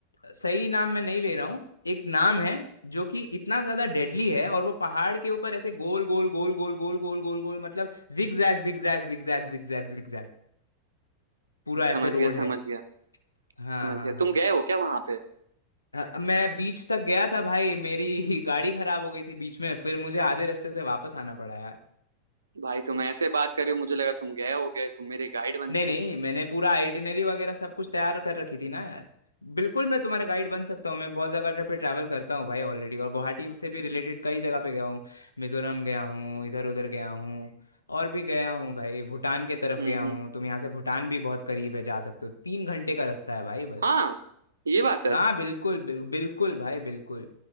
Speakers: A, on the left; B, on the right.
A: सही नाम मैं नहीं ले रहा हूँ एक नाम है जो कि इतना ज्यादा डेडली है और वो पहाड़ के ऊपर ऐसे गोल गोल गोल गोल गोल गोल गोल गोल मतलब zig zag zig zag zig zag zig zag zig zag पूरा
B: समझ
A: ऐसे रोड
B: गया समझ
A: है
B: गया
A: हाँ
B: समझ
A: हाँ
B: गया
A: हाँ
B: तुम गए हो क्या वहां पे
A: अ, मैं बीच तक गया था भाई मेरी <laughs> गाड़ी खराब हो गई थी बीच में फिर मुझे आधे रास्ते से वापस आना पड़ा
B: भाई तुम ऐसे बात कर रहे हो मुझे लगा तुम गए हो गए तुम मेरे गाइड बनते
A: नहीं नहीं मैंने पूरा आइटिनरी वगैरह सब कुछ तैयार कर रखी थी ना यार बिल्कुल मैं तुम्हारा गाइड बन सकता हूँ मैं बहुत जगह पे ट्रैवल करता हूँ भाई ऑलरेडी और गुवाहाटी से भी रिलेटेड कई जगह पे गया हूँ मिजोरम गया हूँ इधर उधर गया हूँ और भी गया हूँ भाई भूटान के तरफ
B: हम्म
A: गया हूँ
B: हम्म।
A: तुम यहाँ से भूटान भी बहुत करीब है जा सकते हो तीन घंटे का रास्ता है भाई बस
B: हाँ ये बात है
A: हाँ बिल्कुल बिल, बिल्कुल भाई बिल्कुल